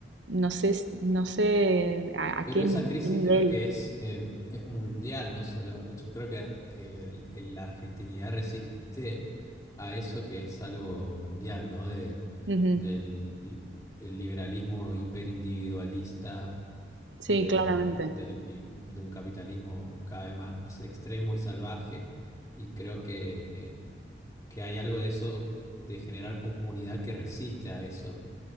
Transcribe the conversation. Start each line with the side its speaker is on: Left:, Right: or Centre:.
Right: no sé, s- no sé a, a
Left: pero
Right: qué,
Left: esa crisis
Right: a qué nivel.
Left: creo que es, eh, es mundial, no solo. Yo creo que, que el- el- la argentinidad resiste a eso que es algo mundial, ¿no? De,
Right: Ujú,
Left: del el liberalismo hiperindividualista
Right: Sí,
Left: de,
Right: claramente.
Left: del- de un capitalismo cada vez más extremo y salvaje. Y creo que, eh, que hay algo de eso, de generar comunidad que resiste a eso.